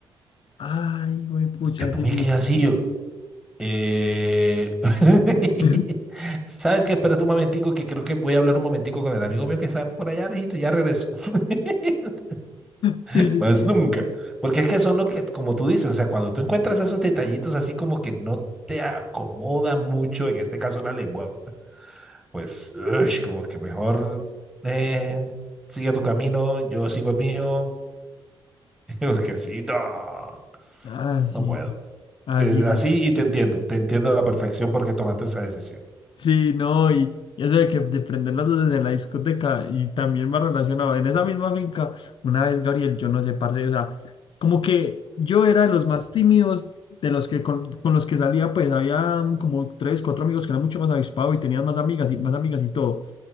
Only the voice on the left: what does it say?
ay, güey, pucha,
sí.
Sí, <laughs>
sí, sí.
sí.
Ah, sí.
Así
es.
Sí, no, y, y eso de que de prender las luces de la discoteca y también va relacionado. En esa misma finca, una vez, Gabriel, yo no sé, parce, o sea, como que yo era de los más tímidos de los que con, con los que salía, pues había como tres, cuatro amigos que eran mucho más avispados y tenían más amigas y más amigas y todo.